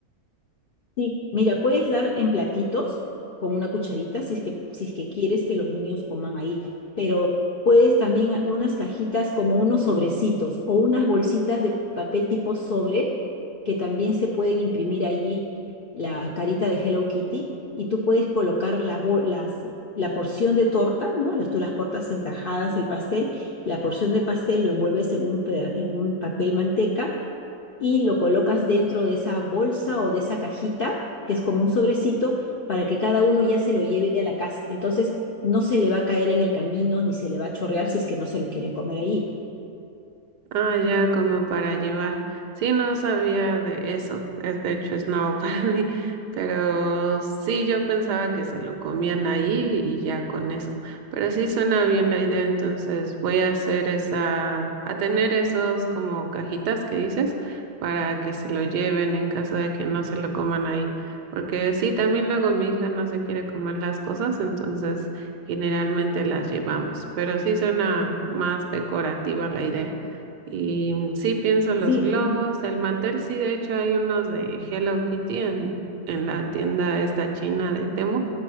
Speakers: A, on the left (about 70°); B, on the right (about 85°).
A: Sí, mira, puedes dar en platitos con una cucharita si es que, si es que quieres que los niños coman ahí, pero puedes también a- unas cajitas como unos sobrecitos o unas bolsitas de papel tipo sobre que también se pueden imprimir allí la carita de Hello Kitty y tú puedes colocar la, bo- las, la porción de torta, ¿no? Las, tú las cortas en tajadas el pastel, la porción de pastel lo envuelves en un, peda- en un papel manteca y lo colocas dentro de esa bolsa o de esa cajita, que es como un sobrecito, para que cada uno ya se lo lleve a la casa. Entonces, no se le va a caer en el camino ni se le va a chorrear si es que no se lo quieren comer ahí.
B: Ah, ya como para llevar. Sí, no sabía de eso. Es de hecho es nuevo <laughs> para mí, pero sí yo pensaba que se lo comían ahí y ya con eso. Pero sí suena bien la idea, entonces voy a hacer esa, a tener esos como cajitas que dices para que se lo lleven en caso de que no se lo coman ahí. Porque sí, también luego mi hija no se quiere comer las cosas, entonces generalmente las llevamos. Pero sí suena más decorativa la idea. Y sí pienso los
A: Sí,
B: globos, el mantel, sí, de hecho hay unos de Hello Kitty en, en la tienda esta china de Temu,